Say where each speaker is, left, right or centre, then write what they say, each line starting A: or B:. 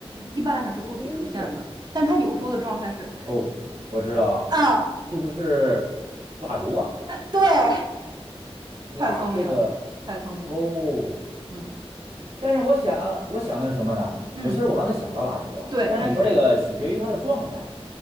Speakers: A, on the right; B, on the right.
A: 一般来讲是固体出现的，
B: 不对，
A: 但是它有时候的状态是，
B: 哦，我知道了，
A: 啊，
B: 是不是蜡烛啊？
A: 对，<laughs>
B: 哇，
A: 太聪明了，
B: 这个
A: 太聪明了，
B: 哦。
A: 嗯
B: 但是我想，我想的是什么呢？
A: 嗯，
B: 我其实我刚才想到蜡烛啊，
A: 对，
B: 但是你说这个取决于它的状态。
A: 但是